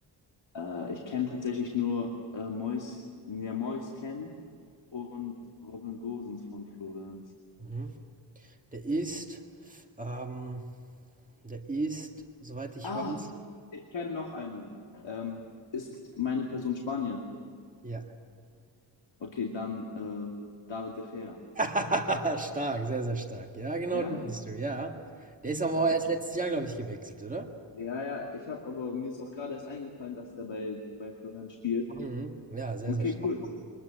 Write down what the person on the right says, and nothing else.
Mhm. Der ist, ähm der ist, soweit ich
weiß
ja.
<laughs> Stark, sehr, sehr stark. Ja, genau,
den bist du, ja. Der ist aber
auch erst letztes Jahr, glaube ich, gewechselt, oder?
Mhm. Ja, sehr,
sehr stark.